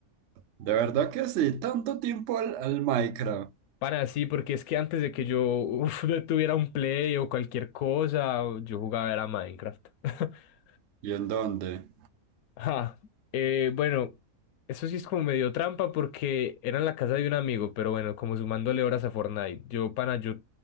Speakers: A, on the right (about 65°); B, on the left (about 70°).
A: De verdad que sí, tanto tiempo al, al Minecraft.
B: Para sí, porque es que antes de que yo uf, <laughs> tuviera un Play o cualquier cosa, yo jugaba era Minecraft. <laughs>
A: ¿Y en dónde?
B: Ah, eh, bueno, eso sí es como medio trampa porque era en la casa de un amigo, pero bueno, como sumándole horas a Fortnite. Yo, pana, yo